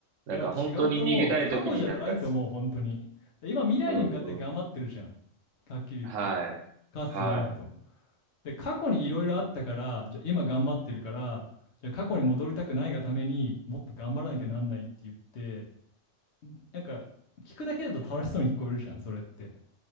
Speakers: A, on the right; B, on the left.
A: なんか本当に逃げたい時になんか、
B: いや、違うと思う。過去じゃないと思う、本当に。で今、未来に向かって頑張ってるじゃん。
A: うん、
B: はっきり言って。
A: はい、
B: かつてないほど。
A: はい、
B: で、過去にいろいろあったから、じゃあ今頑張ってるから、じゃあ過去に戻りたくないがためにもっと頑張らなきゃなんないって言って、なんか聞くだけだと楽しそうに聞こえるじゃん、それって。